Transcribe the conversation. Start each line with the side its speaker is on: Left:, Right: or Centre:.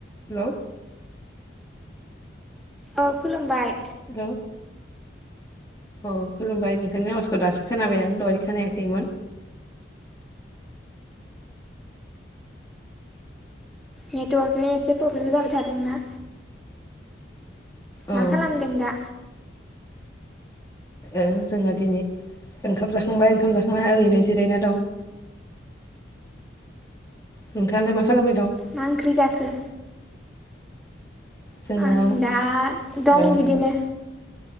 Left: हेलौ
Centre: औ खुलुमबाय
Left: हेलौ औ खुलुमबाय नोंथांनि आवाजखौ दासो खोनाबाय आं दहाय खोनायाखैमोन।
Centre: नेटवारकनि एसे प्रब्लेम जाबाय थादोंना
Left: औ ओं
Centre: मा खालामदों दा
Left: ओं जोंहा दिनै ओंखाम जाखांबाय ओंखाम जाखांना ओरैनो जिरायना दं। नोंथाङालाय मा खालामबाय दं।
Centre: मा ओंख्रि जाखो।
Left: जोंहा
Centre: आं
Left: ओ
Centre: दा दं बिदिनो